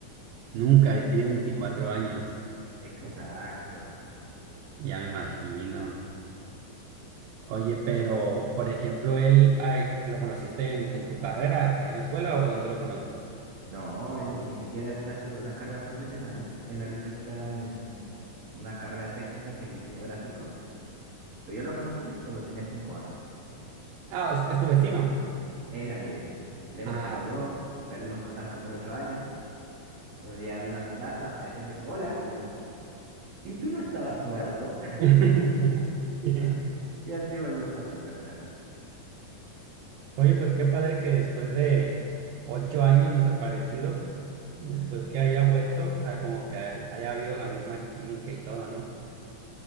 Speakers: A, on the right; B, on the right.
A: Nunca, y tiene 24 años.
B: Exacto.
A: Ya me imagino. Oye, pero, por ejemplo, él, ay, ¿lo conociste en, en tu carrera, ahí en la escuela, o dónde lo conoces?
B: No, él ni siquiera está estudiando una carrera profesional. Él ahorita está en una carrera técnica que es diseño gráfico. Pero yo lo conocí cuando tenía cinco años.
A: Ah, es, es tu vecino.
B: Era mi vecino. Luego
A: Ah,
B: se mudó, perdimos contacto por ocho años. Un día vino a mi casa, apareció y me dijo, hola. Y yo, ¿y tú no estabas muerto? <laughs>
A: ok. <laughs>
B: Y así volvimos a conversar.
A: Oye, pues qué padre que después de ocho años desaparecido, después que haya vuelto, o sea, como que hay- haya habido la misma química y todo, ¿no?